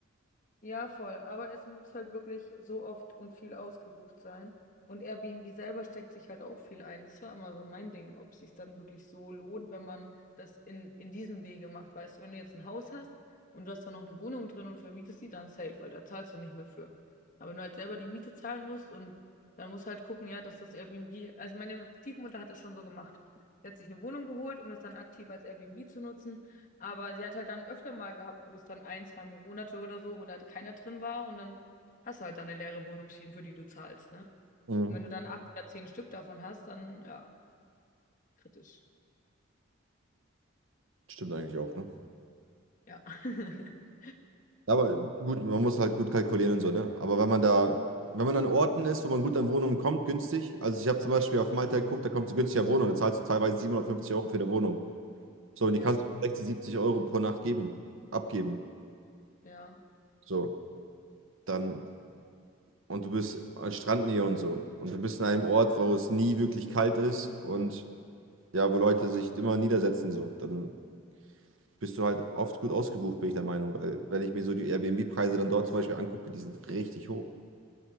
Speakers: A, on the left; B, on the right.
A: Ja, voll. Aber es muss halt wirklich so oft und viel ausgebucht sein. Und Airbnb selber steckt sich halt auch viel ein. Das war immer so mein Ding, ob es sich dann wirklich so lohnt, wenn man das in, in diesem Wege macht. Weißt du, wenn du jetzt ein Haus hast und du hast da noch eine Wohnung drin und vermietest die, dann safe, weil da zahlst du nicht mehr für. Aber wenn du halt selber die Miete zahlen musst und dann musst halt gucken, ja, dass das Airbnb, also meine Stiefmutter hat es schon so gemacht. Sie hat sich eine Wohnung geholt, um das dann aktiv als Airbnb zu nutzen. Aber sie hat halt dann öfter mal gehabt, wo es dann ein, zwei Monate oder so, wo da keiner drin war und dann hast du halt dann eine leere Wohnungsschiene, für die du zahlst, ne?
B: Mhm.
A: Und wenn du dann acht oder zehn Stück davon hast, dann ja, kritisch.
B: Stimmt eigentlich auch, ne?
A: Ja. <laughs>
B: Ja, Aber gut, man muss halt gut kalkulieren und so, ne? Aber wenn man da, wenn man an Orten ist, wo man gut an Wohnungen kommt, günstig. Also ich habe zum Beispiel auf Malta geguckt, da kommst du günstiger Wohnung, da zahlst du teilweise 750 Euro für eine Wohnung. So, und
A: Ja,
B: die kannst du für 60, 70 Euro pro Nacht geben, abgeben.
A: ja,
B: So, dann, und du bist an Strandnähe und so. Und du bist in einem Ort, wo es nie wirklich kalt ist und ja, wo Leute sich immer niedersetzen, so. Dann bist du halt oft gut ausgebucht, bin ich der Meinung, weil wenn ich mir so die Airbnb-Preise dann dort zum Beispiel angucke, die sind richtig hoch.